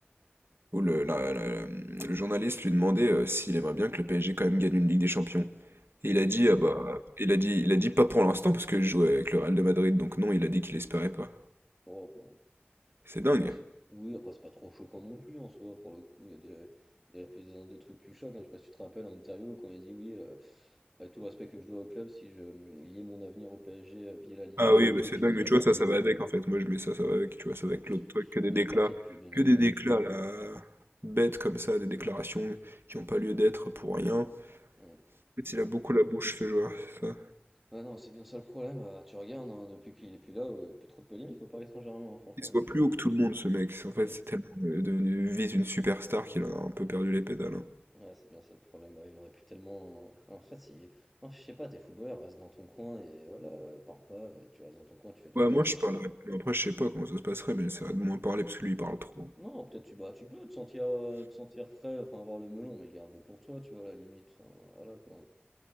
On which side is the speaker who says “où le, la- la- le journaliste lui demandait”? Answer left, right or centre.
Right